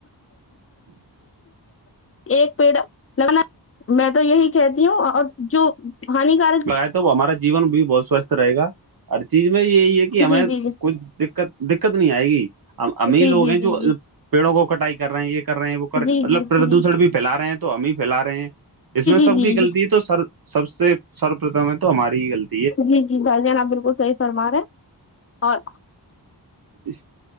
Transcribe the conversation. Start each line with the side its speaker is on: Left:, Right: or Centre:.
Left: ایک پیڑ لگانا میں تو یہی کہتی ہوں اور جو ہانی کار
Right: لگائے تو وہ ہمارا جیون بھی بہت سوستھ رہے گا ہر چیز میں یہی ہے کہ ہمیں
Left: جی جی جی
Right: کچھ دقت دقت نہیں آئے گی امیر
Left: جی
Right: لوگ
Left: جی
Right: ہیں
Left: جی
Right: جو
Left: جی
Right: پیڑوں کو کٹائی کر رہے ہیں یہ کر رہے ہیں وہ کر
Left: جی
Right: رہے
Left: جی
Right: مطلب
Left: جی
Right: پردوشن
Left: جی
Right: بھی پھیلا رہے ہیں تو ہم ہی پھیلا رہے ہیں اس میں سب
Left: جی جی
Right: کی غلطی تو سر سب سے سروپتھم ہے تو ہماری ہی غلط
Left: جی جی بھائی جان آپ بالکل صحیح فرما رہے اور
Right: اس